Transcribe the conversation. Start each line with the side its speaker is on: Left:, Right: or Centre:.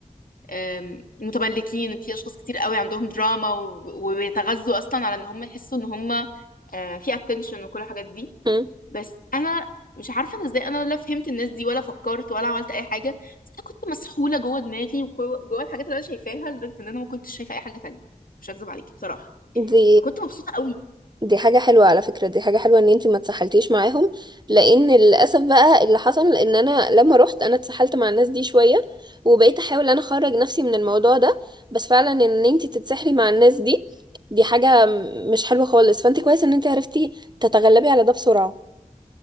Left: آم، متملكين في اشخاص كتير قوي عندهم دراما و- وبيتغذوا اصلا على ان هم يحسوا ان هم آه، في اتنشن وكل الحاجات دي
Right: هم.
Left: بس انا مش عارفه انا ازاي انا لا فهمت الناس دي ولا فكرت ولا عملت اي حاجه بس انا كنت مسحوله جوه دماغي وجوه الحاجات اللي انا شايفاها لدرجه ان انا ما كنتش شايفه اي حاجه تانية مش هكذب عليكي بصراحه
Right: دي
Left: فكنت مبسوطه قوي
Right: دي حاجة حلوة على فكرة دي حاجة حلوة ان انتي ما اتسحلتيش معاهم لان للأسف بقى اللي حصل ان انا لما رحت انا اتسحلت مع الناس دي شوية وبقيت احاول انا اخرج نفسي من الموضوع ده بس فعلا ان انتي تتسحلي مع الناس دي دي حاجة م- مش حلوة خالص فانت كويس ان انتي عرفتي تتغلبي على ده بسرعة